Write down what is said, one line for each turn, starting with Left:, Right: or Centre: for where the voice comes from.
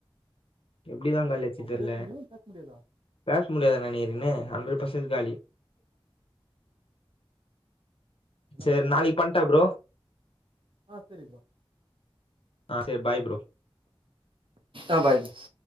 Left: எப்டிதா காலியாச்சித்தெர்ல
Right: பேச முடியுமா பேச முடியாதா
Left: பேச முடியாது நெனைக்கிறேனே ஹண்ட்ரட் பெர்ஸ்ன்ட் காலி
Right: என்ன
Left: செரி
Right: பண்லா
Left: நாளைக்கு பண்டா ப்ரோ
Right: ஆ செரி ப்ரோ
Left: ஆ செரி பாய் ப்ரோ
Right: ஆ பாய் ப்ரோ